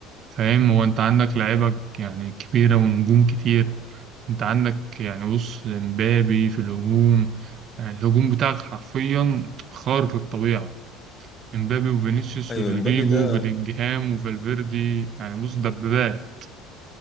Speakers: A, on the right (about 40°); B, on the left (about 25°).
A: فاهم هو انت عندك لعيبه يعني كبيره ونجوم كتير انت عندك يعني بص امبابي في الهجوم يعني الهجوم بتاعك حرفيا خارق للطبيعه امبابي وفينيسيوس
B: ايوه
A: ورودريجو
B: امبابي ده
A: بلينجهام وفالفيردي يعني بص دبابات